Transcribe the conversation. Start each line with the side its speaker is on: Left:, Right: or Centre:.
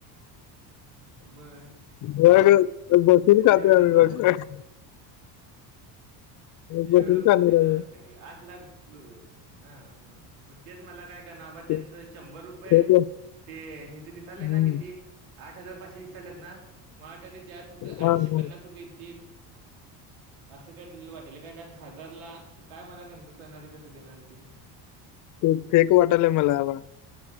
Right: मग
Left: बघ बसून
Right: एवढं
Left: खातोय आम्ही
Right: कोण.
Left: बघ
Right: एवढं
Left: बसून
Right: कोण
Left: खाणार
Right: देणार
Left: आम्ही
Right: आहे सांगे आठ लाख रु म मग तेच मला काय. का नाबा त्यांंत
Left: ते
Right: शंभर रुपये
Left: फेक वा-
Right: ते हिथ दिसाल
Left: हम्म.
Right: ना किती. आठ हजार पाचशे वीस साल्यातना मराटाली त्या फक्त आठशे
Left: हा, हा.
Right: पन्नास रुपये येतील. असं काय तिला वाटल काय हजारला काय मला नेमकं करणारे कसं देणार आहे तिने.
Left: खू फेक वाटलय मला हवा